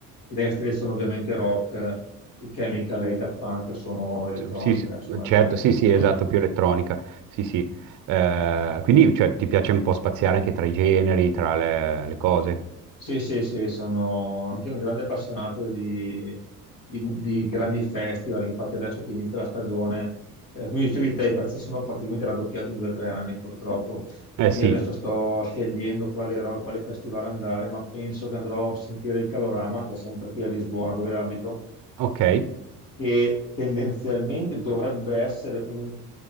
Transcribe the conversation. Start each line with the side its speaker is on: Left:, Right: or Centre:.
Left: i Dire Straits sono ovviamente rock, i Chemical e i Daft Punk sono elettronica,
Right: sì, sì,
Left: sono elettronica
Right: certo, sì,
Left: pura.
Right: sì, esatto, più elettronica, sì, sì. Eh, quindi, cioè, ti piace un po' spaziare anche tra i generi, tra le, le cose?
Left: Sì, sì, sì, sono anche un grande appassionato di, di- di grandi festival, infatti adesso che inizia la stagione, eh, come dicevi te, i prezzi sono praticamente raddoppiati in due o tre anni purtroppo,
Right: Eh
Left: quindi
Right: sì,
Left: adesso sto scegliendo quale, ro- quale festival andare, ma penso che andrò a sentire il Calorama, che è sempre qui a Lisbona dove abito,
Right: ok,
Left: che tendenzialmente dovrebbe essere un